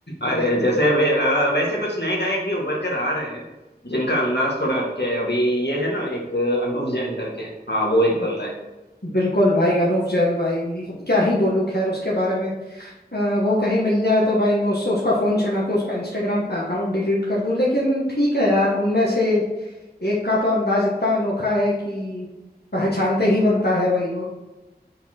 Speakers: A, on the left (about 90°); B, on the left (about 75°).
A: और
B: है कि
A: जैसे
B: नहीं?
A: वे अ, वैसे कुछ नए गायक भी उभर कर आ रहे हैं जिनका अंदाज थोड़ा हटके है अभी ये है ना एक अ, अनूप जैन करके हाँ वो एक बंदा है
B: बिल्कुल भाई अनूप जैन भाई क्या ही बोलूं खैर उसके बारे में अ, वो कहीं मिल जाए तो भाई मैं उससे उसका फोन छना के उसका इंस्टाग्राम का अकाउंट डिलीट कर दूं लेकिन ठीक है यार उनमें से एक का तो अंदाज इतना अनोखा है कि पहचानते ही बनता है भाई वो